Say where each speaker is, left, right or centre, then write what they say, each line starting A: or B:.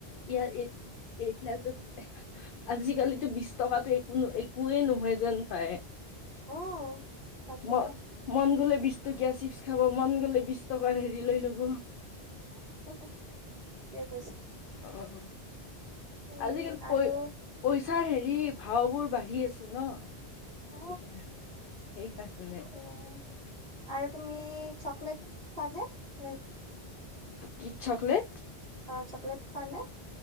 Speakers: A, on the left; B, on the right.
A: ইয়াৰ এতিয়াতো আজিকালিতো বিশ টকাতটো একোএকোৱেই নহয় যেন পায়।
B: উম তাকে
A: ম মন গলে বিশ। টকীয়া চিপচ খাব মন গ'লে বিশ টকাৰ হেৰি লৈ ল'ব।
B: <inaudible>
A: অ
B: উম
A: আজিকালি
B: আৰু
A: পই পইচাৰ হেৰি ভাও বোৰ বাঢ়ি আছে ন।
B: অ',
A: স ক আে <unintelligible>
B: উম, আৰু তুমি চকলেট খোৱা যায়।
A: কি চকলেট?
B: অ চকলেট খোৱা নে?